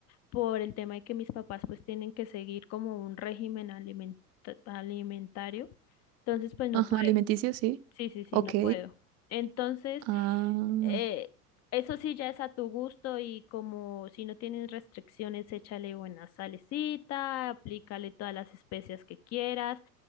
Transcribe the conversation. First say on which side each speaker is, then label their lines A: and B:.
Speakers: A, on the left; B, on the right.
A: por el tema de que mis papás pues tienen que seguir como un régimen alimenta- alimentario. Entonces pues no
B: Ajá,
A: puedo.
B: alimenticio, sí.
A: Sí, sí, sí,
B: Ok.
A: no puedo. Entonces,
B: Ah,
A: eh, eso sí ya es a tu gusto y como si no tienes restricciones, échale buena salecita, aplícale todas las especias que quieras,